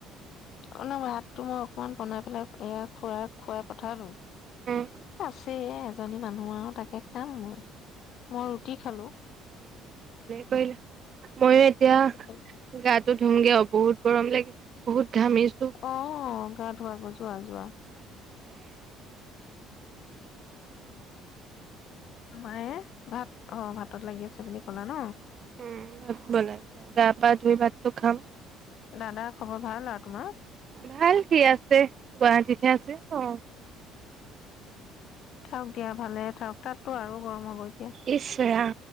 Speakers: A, on the left; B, on the right.
A: অলপ ভাতটো মই অকমান বনাই পেলাই এয়া খোৱা খুৱাই পঠালো
B: উম
A: আছে এজনী মানুহ আৰু তাকে খাম মই মই ৰুটি খালো
B: বল ময়ো এতিয়া
A: ৰুটি খালো
B: গাত ধুমগে অঁ বহুত গৰম লাগিছিল বহুত ঘামিছো।
A: অঁ গা ধুবলৈ গৈছো যোৱা যোৱা মায়ে ভাত অঁ ভাতত লাগি আছে বুলি কলা ন
B: উম বনাইছো গা পা ধুই ভাতটো খাম
A: দাদা খবৰ ভাল আৰু তোমাৰ
B: ভাল কি আছে গুৱাহাটীতে আছে অঁ
A: থওক দিয়া ভালে থাকক তাতো আৰু গৰম হ'ব এতিয়া
B: ইচ ৰাম